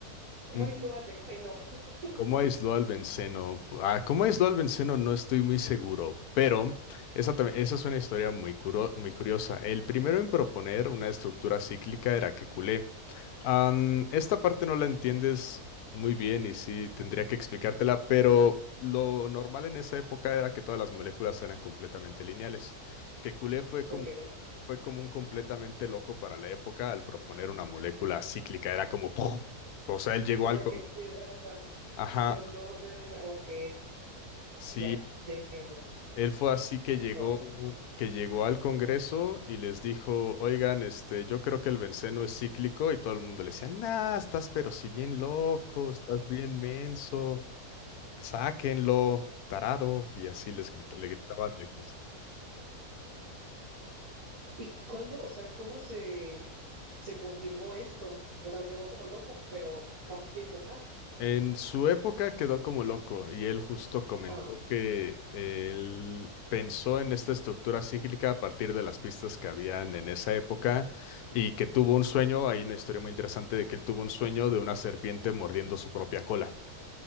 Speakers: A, on the right; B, on the left.
A: ¿Cómo
B: Mm,
A: aisló al benceno? <laughs>
B: ¿Cómo aisló al benceno? Ah, ¿cómo aisló al benceno? No estoy muy seguro, pero esa, tam- esa es una historia muy, curo- muy curiosa. El primero en proponer una estructura cíclica era Kekulé, Am, esta parte no la entiendes muy bien y sí tendría que explicártela, pero lo normal en esa época era que todas las moléculas eran completamente lineales. Que Couplé fue como,
A: Ok,
B: fue como un completamente loco para la época al proponer una molécula cíclica, era como ¡puf! O sea, él llegó
A: o
B: al
A: sea,
B: con...
A: que cerraba. O
B: Ajá,
A: sea, no, no era nada. Ok,
B: sí,
A: ya, ya entiendo.
B: Él fue así que
A: wow.
B: llegó, que llegó al Congreso y les dijo, oigan, este, yo creo que el benceno es cíclico y todo el mundo le decía, nah, estás pero si bien loco, estás bien menso, sáquenlo, tarado, y así les grita- le gritaban de cosas.
A: ¿Y cuándo, o sea, cómo se, se confirmó esto? O sea, quedó como loco, pero ¿cuánto tiempo más?
B: En su época quedó como loco y él justo comentó
A: Ah,
B: que él pensó en esta estructura cíclica a partir de las pistas que habían en esa época y que tuvo un sueño, hay una historia muy interesante de que él tuvo un sueño de una serpiente mordiendo su propia cola.